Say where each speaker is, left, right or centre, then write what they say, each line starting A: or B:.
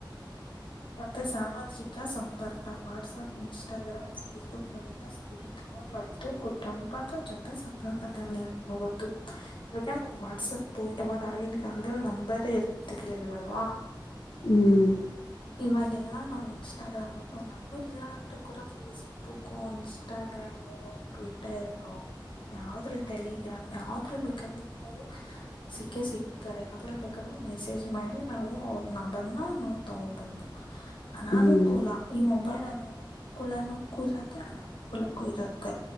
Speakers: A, on the left (about 80°); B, on the left (about 65°).
A: ಮತ್ತೆ ಸಾಮಾಜಿಕ ಸಂಪರ್ಕ ವಾಟ್ಸಪ್ ಇನ್ಸ್ಟಾಗ್ರಾಮ್ ಫೇಸ್ಬುಕ್ ಮೆಲ್ಲ ಸ್ನಗೀಕರಣ ಮತ್ತು ಕುಟುಂಬದ ಜೊತೆ ಸಂಪರ್ಕದಲ್ಲಿ ಇರಬಹುದ. ಇವಾಗ ನಮ್ ವಾಟ್ಸಪ್ ಯಾವಾಗ ಆಗಿನ ಕಾಲದಲ್ಲಿ ನಂಬರೇ ಇರ್ತಿರಲಿಲ್ಲ ಅಲ್ವಾ
B: ಹ್ಮ್
A: ಇವಾಗೆಲ್ಲಾ ನಾವ್ ಇನ್ಸ್ಟಾಗ್ರಾಮ ನಂಬರ್ ಇಲ್ಲ ಅಂದ್ರೆ ಕೂಡ ಫೇಸ್ಬುಕ್ ಕೊ ಇನ್ಸ್ಟಾಗ್ರಾಮು. ವಿಟ್ಟಯರ್ ಯಾವ್ದ್ರಲ್ ಟೆಲಿಗ್ರಾಮ್ ಯಾವ್ದ್ರಲ್ ಬೇಕಂದ್ರ ನಾವು ಸಿಕ್ಕೇ ಸಿಕ್ತಾರೆ ಅದ್ರಲ್ಲಿ ಬೇಕಾದ್ರೆ ಮೆಸೇಜ್ ಮಾಡಿ ನಾವು ಅವ್ರ ನಂಬರನಾ ನಾವು ತಗೋಬಹುದು.
B: <inaudible>
A: ಅನಾನುಕೂಲ
B: ಹ್ಮ್
A: ಈ ಮೊಬೈಲ್ ಅನ್ನೋದು ಅನುಕೂಲನಕ್ಕೂ ಇರುತ್ತೆ ಅನನಾನುಕೂಲಕ್ಕೂ ಇರುತ್ತೆ.